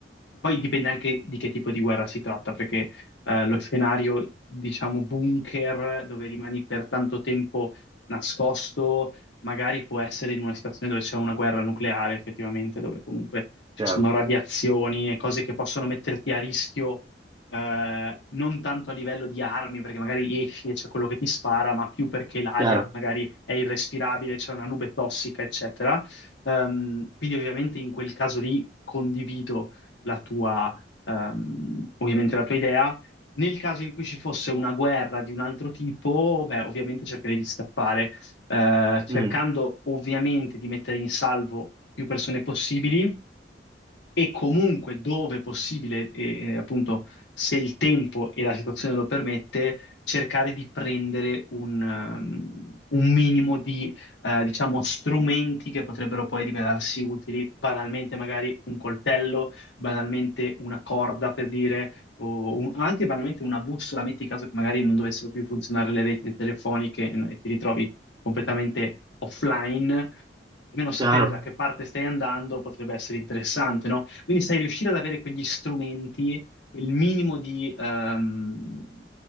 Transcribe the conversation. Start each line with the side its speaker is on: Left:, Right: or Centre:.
Left: poi dipende anche di che tipo di guerra si tratta, perché eh, lo scenario, diciamo, bunker, dove rimani per tanto tempo nascosto, magari può essere in una situazione dove c'è una guerra nucleare, effettivamente, dove comunque ci
Right: Chiaro,
Left: sono radiazioni e cose che possono metterti a rischio, eh, non tanto a livello di armi, perché magari esci e c'è quello che ti spara, ma più perché l'aria
Right: chiaro,
Left: magari è irrespirabile, c'è una nube tossica, eccetera. Ehm, quindi ovviamente in quel caso lì condivido la tua, ehm, ovviamente la tua idea. Nel caso in cui ci fosse una guerra di un altro tipo, beh, ovviamente cercherei di scappare, eh, cercando
Right: Mm,
Left: ovviamente di mettere in salvo più persone possibili e comunque dove è possibile, e, e, appunto se il tempo e la situazione lo permette, cercare di prendere un, um, un minimo di, eh, diciamo, strumenti che potrebbero poi rivelarsi utili, banalmente magari un coltello banalmente una corda per dire, o un- anche banalmente una bussola, metti caso che magari non dovessero più funzionare le reti telefoniche e, e ti ritrovi completamente offline, almeno sapere
Right: chiaro,
Left: da che parte stai andando potrebbe essere interessante, no? Quindi sai riuscire ad avere quegli strumenti, quel minimo di, ehm,